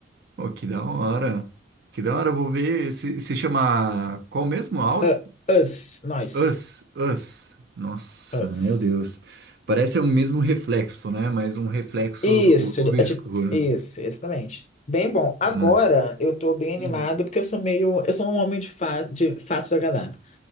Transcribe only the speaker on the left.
U- Us, nós,
Us.
Isso,
é tipo, isso, exatamente. Bem bom. Agora
eu tô bem animado
porque eu sou meio, eu sou um homem de, fa de fácil agradar.